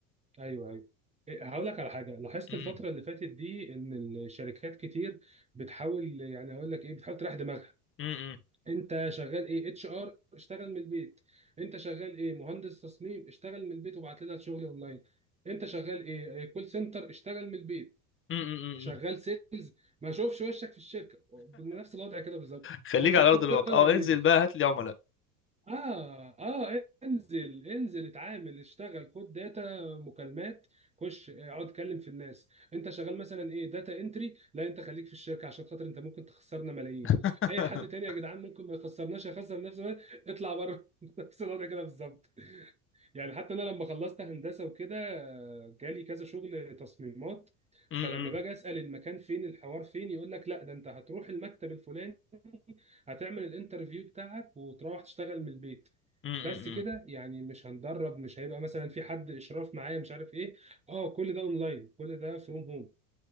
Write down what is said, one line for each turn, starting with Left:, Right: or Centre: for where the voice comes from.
Right: ايوه ايوه إيه، هقول لك على حاجه لاحظت
Left: مم.
Right: الفتره اللي فاتت دي ان الشركات كتير بتحاول يعني هقول لك ايه بتحاول تريح دماغها
Left: مم.
Right: انت شغال ايه اتش ار اشتغل من البيت انت شغال ايه مهندس تصميم اشتغل من البيت وبعت لنا الشغل اونلاين انت شغال ايه كول سنتر اشتغل من البيت
Left: مم. مم.
Right: شغال
Left: مم.
Right: سيلز ما اشوفش وشك في الشركه بنفس الوضع كده بالظبط
Left: خليك
Right: <laughs> والله
Left: على ارض الواقع اه
Right: العظيم
Left: انزل بقى هات لي عملاء
Right: اه اه انزل انزل اتعامل اشتغل خد داتا مكالمات خش اقعد اتكلم في الناس انت شغال مثلا ايه داتا انتري لا انت خليك في الشركه عشان خاطر انت ممكن تخسرنا ملايين
Left: <laughs>
Right: اي حد تاني يا جدعان ممكن ما يخسرناش يخسر نفسه اطلع بره <laughs> نفس الوضع كده بالظبط يعني حتى انا لما خلصت هندسه وكده آه، جالي كذا شغل تصميمات
Left: مم.
Right: فلما باجي اسال المكان فين الحوار فين يقول لك لا ده انت هتروح المكتب الفلاني هتعمل الانترفيو بتاعك وتروح تشتغل من البيت
Left: مم.
Right: بس
Left: مم.
Right: كده يعني مش هندرب مش هيبقى مثلا في حد اشراف معايا مش عارف ايه اه كل ده اونلاين كل ده فروم هوم